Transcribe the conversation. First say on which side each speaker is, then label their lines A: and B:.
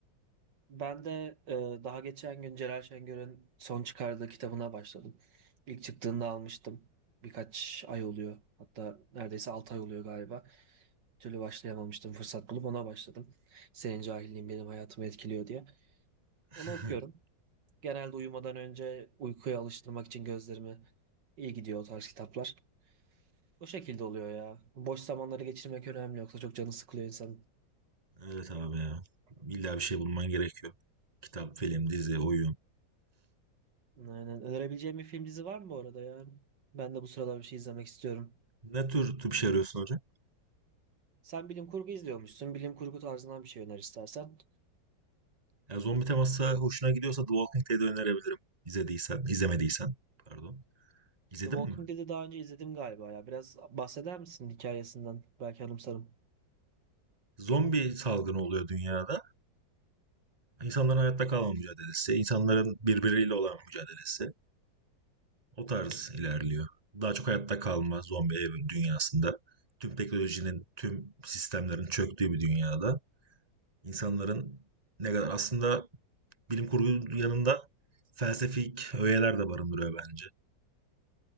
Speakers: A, on the right; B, on the right.
A: Ben de e, daha geçen gün Celal Şengör'ün son çıkardığı kitabına başladım. İlk çıktığında almıştım. Birkaç ay oluyor. Hatta neredeyse 6 ay oluyor galiba. Bir türlü başlayamamıştım. Fırsat bulup ona başladım. Senin cahilliğin benim hayatımı etkiliyor diye.
B: <laughs>
A: Onu okuyorum. Genelde uyumadan önce uykuya alıştırmak için gözlerimi iyi gidiyor o tarz kitaplar. O şekilde oluyor ya. Boş zamanları geçirmek önemli yoksa çok canı sıkılıyor insanın.
B: Evet abi ya. İlla bir şey bulman gerekiyor. Kitap, film, dizi, oyun.
A: Aynen. Önerebileceğim bir film dizi var mı bu arada ya? Ben de bu sıralar bir şey izlemek istiyorum.
B: Ne tür tür bir şey arıyorsun hocam?
A: Sen bilim kurgu izliyormuşsun. Bilim kurgu tarzından bir şey öner istersen.
B: Ya zombi teması hoşuna gidiyorsa The Walking Dead'i önerebilirim. İzlediysen, izlemediysen. Pardon. İzledin
A: The Walking
B: mi?
A: Dead'i daha önce izledim galiba ya. Biraz bahseder misin hikayesinden? Belki anımsarım.
B: Zombi salgını oluyor dünyada. İnsanların hayatta kalma mücadelesi, insanların birbiriyle olan mücadelesi. O tarz ilerliyor. Daha çok hayatta kalma, zombi ev dünyasında tüm teknolojinin, tüm sistemlerin çöktüğü bir dünyada insanların ne kadar aslında bilim kurgu yanında felsefik öğeler de barındırıyor bence.